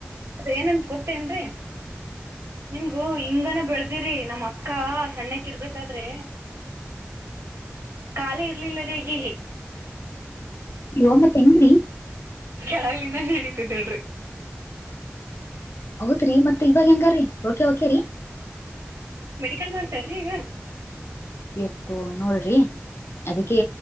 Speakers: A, on the right (about 80°); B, on the left (about 65°).
A: ಅದ ಏನಂತ ಗೊತ್ತೇನ್ರಿ ನಿಮ್ಗೂ ಹಿಂಗಾನ ಬೆಳದಿರಿ ನಮ್ಮ್ ಅಕ್ಕ ಸಣ್ಣಕ್ ಇರ್ಬೇಕಾದ್ರೆ ಕಾಲ ಇರ್ಲಿಲ್ಲ ರ ಹೇಗ
B: ಒ ಮತ್ ಹೆಂಗ್ರೀ
A: ಕೆಳಗ್ಲಿಂದ ನಡೀಿತಿದ್ದಿಲ್ರರಿ
B: ಹೌದ್ರಿ ಮತ್ತತ್ ಇವಾಗ ಹೆಂಗ್ರರಿ ಓಕೆ ಓಕೆ ರರಿ
A: ಮೆಡಿಕಲ್ ಮಾಡ್ತಾಳ್ರೀ ಈಗ
B: ಇಕು ನೋಡ್ರಿ ಅದಕ್ಕೆ